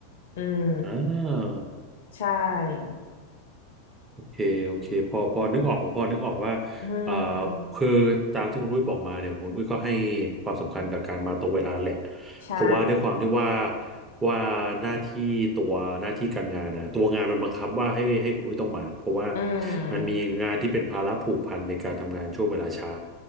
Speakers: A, on the left; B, on the right.
A: อืม
B: อ่า
A: ใช่
B: โอเคโอเคพอพอนึกออกผมพอนึกออกว่า
A: อื
B: เอ่อ
A: ม
B: คือตามที่คุณอุ้ยบอกมาเนี่ยคุณอุ้ยก็ให้ความสำคัญกับการมาตรงเวลาแหละ
A: ใช่
B: เพราะว่าด้วยความที่ว่าว่าหน้าที่ตัวหน้าที่การงานนะตัวงานมันบังคับว่าให้ให้คุณอุ้ยต้องมาเพราะว่า
A: อืม
B: มันมีงานที่เป็นภาระผูกพันในการทำงานช่วงเวลาเช้า